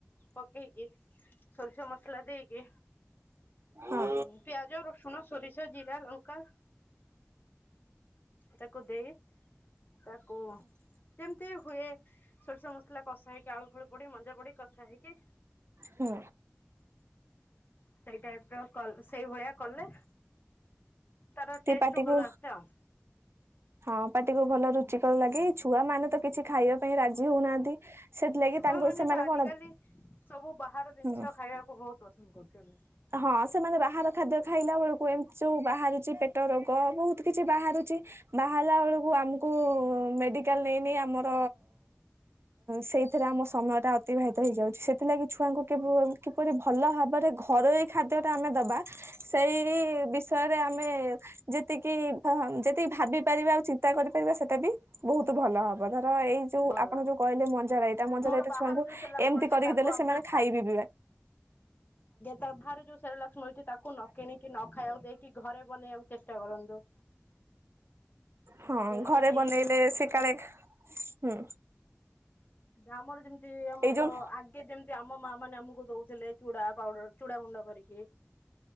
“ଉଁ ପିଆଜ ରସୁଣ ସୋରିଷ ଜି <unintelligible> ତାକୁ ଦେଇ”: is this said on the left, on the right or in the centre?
Left